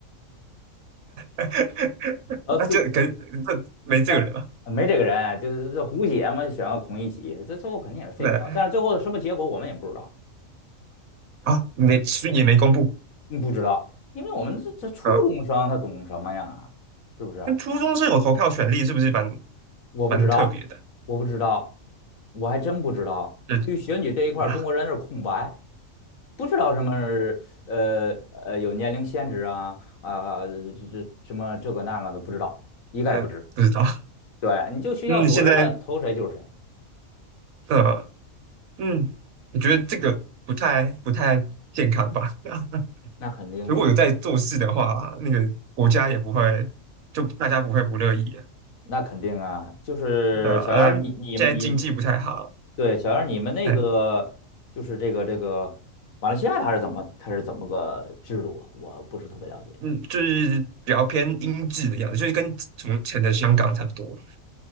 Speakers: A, on the right; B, on the left.
A: <laughs>
B: 然后最
A: 啊，这跟这没这个人嘛，
B: 那没这个人啊，就是这胡写嘛，选个孔乙己，这最后肯定也是废票。
A: 对
B: 但是最后什么结果我们也不知道，
A: 啊，没也没公布。
B: 嗯，不知道，因为我们这这初中生他懂什么呀？
A: 呃，
B: 是不是？
A: 那初中生有投票权利，是不是蛮
B: 我不知道，
A: 蛮特别的？
B: 我不知道，我还真不知道。
A: 这
B: 对于选举这一块儿中国人是空白，
A: 啊，
B: 不知道什么呃呃有年龄限制啊啊、这这什么这个那个的不知道，一概不知。
A: 那不知道。
B: 对，你就学校组织的投谁就是谁，
A: 嗯，现在呃，嗯，我觉得这个不太不太健康吧。<laughs>
B: 那肯定啊。
A: 如果有在做事的话，那个国家也不会，就大家不会不乐意啊。
B: 那肯定啊，就是小杨儿你你你
A: 对啊，嗯，现在经济不太好，
B: 对小杨儿你们那个就是这个这个马来西亚它是怎么它是怎么个制度啊？
A: 哎，
B: 我不是特别了解。
A: 嗯，就是比较偏英制的样子，就是跟从前的香港差不多，